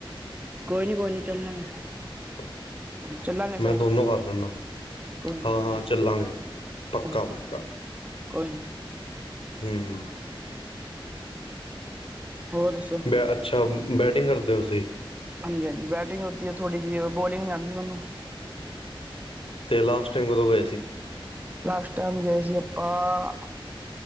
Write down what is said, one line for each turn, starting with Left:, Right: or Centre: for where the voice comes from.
Right: ਕੋਈ ਨੀ ਕੋਈ ਨੀ ਚੱਲਾਂਗੇ
Left: <unintelligible>
Right: ਚੱਲਾਂਗੇ
Left: ਮੈਂ,
Right: ਫੇਰ
Left: ਦੋਨੋਂ ਕਰ ਲੈਂਦਾ।
Right: ਕੋਈ ਨੀ
Left: ਹਾਂ
Right: ਵਧੀਆ
Left: -ਹਾਂ ਚੱਲਾਂਗੇ। ਪੱਕਾ-
Right: ਕੋਈ ਨੀ
Left: ਪੱਕਾ।
Right: ਕੋਈ ਨਹੀਂ।
Left: ਹਮ।
Right: ਹੋਰ, ਦੱਸੋ?
Left: ਬੈ ਅੱਛਾ, ਬੈਟਿੰਗ ਕਰਦੇ ਹੋ ਤੁਸੀਂ।
Right: ਹਾਂਜੀ- ਹਾਂਜੀ ਬੈਟਿੰਗ ਆਤੀ ਹੈ, ਥੋੜੀ ਜਿਹੀ। ਬੋਲਿੰਗ ਨਹੀਂ, ਆਉਦੀ ਮੈਨੂੰ।
Left: ਤੇ, ਲਾਸਟ ਟਾਈਮ ਕਦੋਂ ਗਏ ਸੀ?
Right: ਲਾਸਟ, ਟਾਈਮ ਗਏ ਸੀ ਆਪਾਂ